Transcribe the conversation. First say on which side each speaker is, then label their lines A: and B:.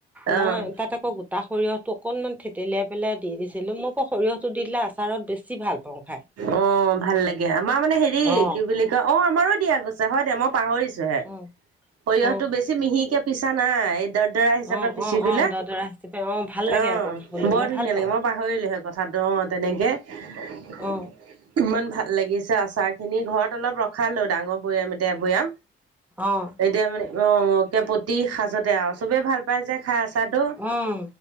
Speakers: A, in the centre; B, on the right (about 55°).
A: মই
B: অ'।
A: তাত আকৌ গোটা সৰিয়হটো অকনমান থেতেলিয়াই পেলাই দি দিছিলো মই আকৌ সৰিয়হটো দি দিলে আচাৰত বেছি ভাল পাওঁ খাই
B: অ', ভাল লাগে আমাৰ মানে হেৰি
A: অ
B: কি বুলি অ', আমাৰো দিয়া গৈছে। হয় দে, মই পাহৰিছো হে
A: অ
B: সৰিয়হটো
A: অ
B: বেছি। যে মিহিকে পিছা নাই এই দৰদৰা হিচাপে।
A: অ
B: পিচি
A: অ
B: দিলে
A: অ দদৰা হিচাপে অ ভাল লাগে
B: অ',
A: আকৌ খাবলৈ
B: বৰ
A: মই
B: ধুনীয়া
A: ভাল পাওঁ
B: লাগে মই পাহৰিলোহে কথাটো অ' তেনেকে। <unintelligible>
A: অ
B: ইমান ভাল লাগিছে, আচাৰ খিনি ঘৰত অলপ ৰখালো ডাঙৰ বৈয়াম এতিয়া এ বৈয়াম।
A: অ'।
B: এতিয়া মানে, অ' প্ৰতি সাঁজতে আৰু চবেই ভাল পাই যে খাই। চাদ।
A: উম